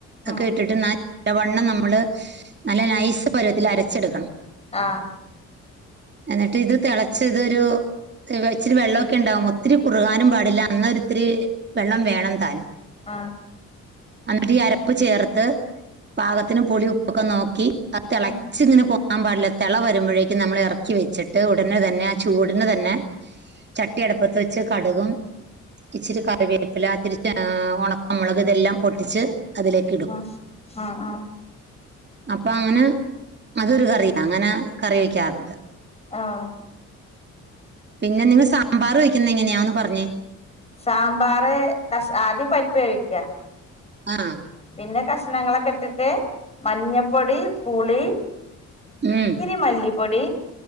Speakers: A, on the right; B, on the left.
A: ഒക്കെ
B: ഉം
A: ഇട്ടിട്ട് നല്ലവണ്ണം നമ്മള് നല്ല നൈസ് പരുവത്തില് അരച്ചെടുക്കണം.
B: ആഹ്.
A: എന്ന്ട്ട് ഇത് തെളച്ച് ഇതൊരു <unintelligible> ഇച്ചിരി വെള്ളൊക്കെണ്ടാവും ഒത്തിരി കുറുകാനും പാടില്ലാ എന്നാ ഒരിത്തിരി വെള്ളം വേണംതാനും.
B: ആഹ്.
A: അന്നിട്ട് ഈ അരപ്പ് ചേർത്ത് പാകത്തിന് പുളി ഉപ്പൊക്കെ നോക്കി അത് തെളെ
B: ഉം
A: പൊങ്ങാൻ പാടില്ല. തെള വരുമ്പോഴേക്കും നമ്മൾ എറക്കി വെച്ചിട്ട് ഉടനെ തന്നെ ആ ചൂടിന് തന്നെ ചട്ടി അട്പ്പത്ത് വെച്ച് കട്കും ഇച്ചിരി കറിവേപ്പില ഇത്തിരി ഏഹ് ഒണക്കമുളക് ഇതെല്ലാം പൊട്ടിച്ച് അതിലേക്ക്ടും.
B: ഉം ഉം ഉം
A: അപ്പ അങ്ങനെ അതൊരു കറി, അങ്ങനെ കറി വെയ്ക്കാറുണ്ട്.
B: ആഹ്
A: പിന്നെ നിങ്ങള് സാമ്പാറ് വെയ്ക്കുന്നെങ്ങന്യാ, അതൊന്ന് പറഞ്ഞേ
B: സാമ്പാറ് കഷ് ആദ്യം പരിപ്പ് വേവിക്കാ
A: ആഹ്
B: പിന്നെ കഷ്ണങ്ങളൊക്കെ ട്ട്ട്ട് മഞ്ഞപ്പൊടി, പുളി
A: മ്
B: ച് മല്ലിപ്പൊടി